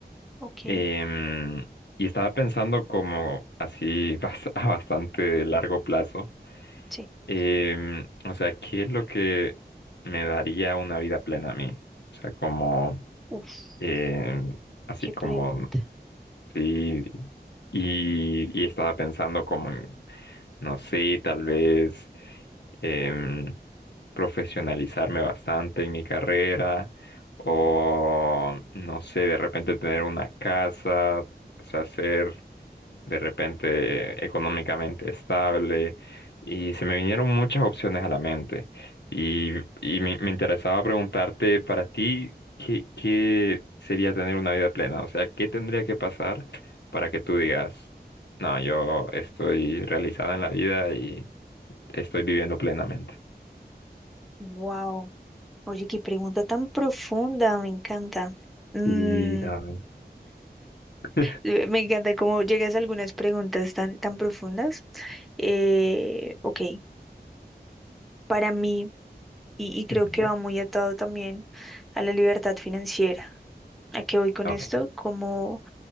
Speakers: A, in the centre; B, on the left.
A: ok.
B: Em, y estaba pensando como así bas- <laughs> a bastante largo plazo.
A: Sí.
B: Em, o sea, ¿qué es lo que me daría una vida plena a mí? O sea, como,
A: Uf,
B: em, así
A: qué pregunta.
B: como, sí, y, y estaba pensando como en, no sé, tal vez em, profesionalizarme bastante en mi carrera o, no sé, de repente tener una casa, o sea, ser de repente económicamente estable y se me vinieron muchas opciones a la mente y, y me, me interesaba preguntarte para ti qué, qué sería tener una vida plena, o sea, qué tendría que pasar para que tú digas, no, yo estoy realizada en la vida y estoy viviendo plenamente.
A: Wow. Oye, qué pregunta tan profunda. Me encanta. Mm,
B: Sí, también. <laughs>
A: eh, me encanta cómo llegas a algunas preguntas tan, tan profundas. Eh, ok, para mí, y, y creo
B: Ujú,
A: que va muy atado también a la libertad financiera. ¿A qué voy con
B: Ok,
A: esto? Como